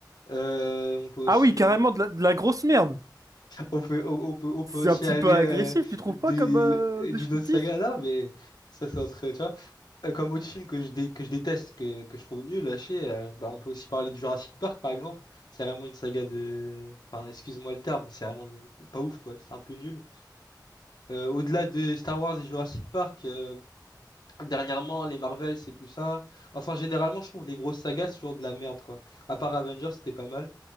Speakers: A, on the left; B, on the right.
A: Euh, on peut aussi
B: Ah oui, carrément, de la de la grosse merde!
A: On peut, on, on peut, on peut
B: C'est
A: aussi
B: un petit
A: aller
B: peu agressif,
A: euh,
B: tu trouves
A: du-
B: pas comme euh, descriptif?
A: d'une autre saga. Non, mais ça, c'est entre. Tu vois, Euh, comme autre film que je, dé- que je déteste, que, que je trouve nul, lâché, euh, bah, on peut aussi parler du Jurassic Park, par exemple. C'est vraiment une saga de. Enfin, excuse-moi le terme, mais c'est vraiment pas ouf, quoi. C'est un peu nul. Euh, au-delà de Star Wars et Jurassic Park, euh, dernièrement, les Marvel, c'est plus ça. Enfin, généralement, je trouve les grosses sagas, c'est toujours de la merde, quoi. À part Avengers, c'était pas mal.